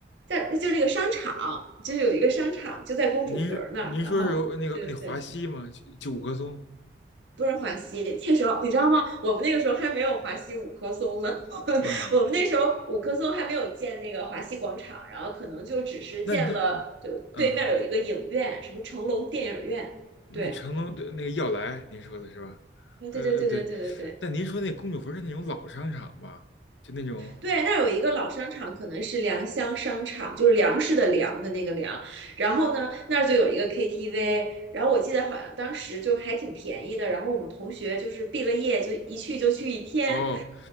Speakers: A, on the right; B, on the left.
A: 在就那个商场，就是有一个商场就在公主坟儿那儿。
B: 您是您说是那个那华西吗？
A: 然后对对对，
B: 就就五棵松，
A: 不是华西，那个时候你知道吗？我们那个时候还没有华西五棵松呢，<laughs>
B: 嗯，
A: 我们那时候五棵松还没有建那个华西广场，然后可能就只是建了，
B: 那那
A: 就对面有一个影院，
B: 嗯。
A: 什么成龙电影院，
B: 那成龙的那个耀莱，
A: 对。
B: 您说的是吧？
A: 对对对对对对对对
B: 呃呃，对，但您说那公主坟是那种老商场吧？就那种
A: 对，那儿有一个老商场，可能是良乡商场，就是粮食的粮的那个粮。然后呢，那儿就有一个 KTV，然后我记得好像当时就还挺便宜的。然后我们同学就是毕了业就一去就去一天，
B: 哦，